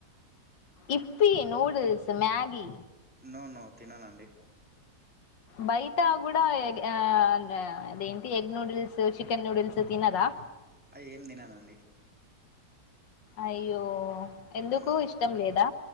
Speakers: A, on the left; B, in the centre.
A: Yippee noodles Maggi
B: no no తిననండి
A: బయట కూడా ఆ అదేంటి ఎగ్ నూడిల్స్ చికెన్ నూడిల్స్ తినరా
B: ఆ ఏం తిననండి
A: అయ్యో ఎందుకు
B: ఉమ్
A: ఇష్టం లేదా